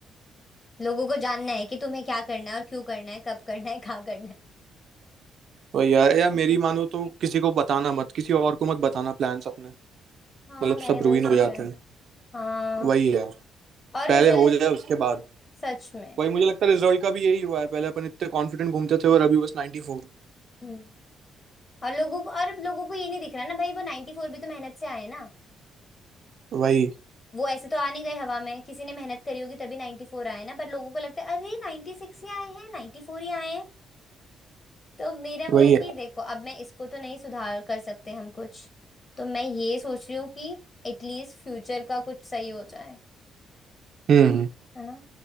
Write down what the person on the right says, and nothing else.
वही यार यार
मेरी
मानो तो किसी को बताना मत किसी और को मत बताना प्लान्स अपने मतलब
सब
रुइन
हो जाते
हैं
वही यार
पहले
हो जाए उसके बाद
वही मुझे लगता है रिजल्ट का भी यही हुआ है पहले अपन इतने कॉन्फिडेंट घूमते थे और अभी बस 94
वही
वही
यार
हम्म